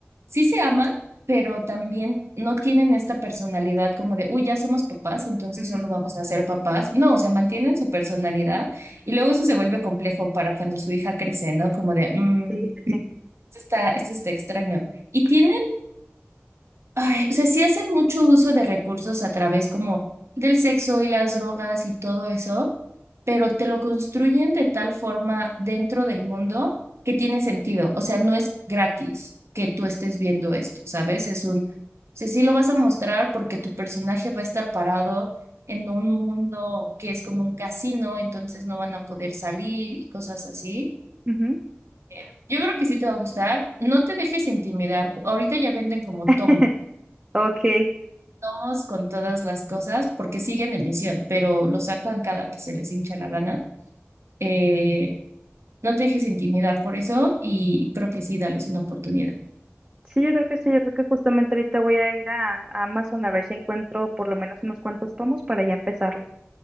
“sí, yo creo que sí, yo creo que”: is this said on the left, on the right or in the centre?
Right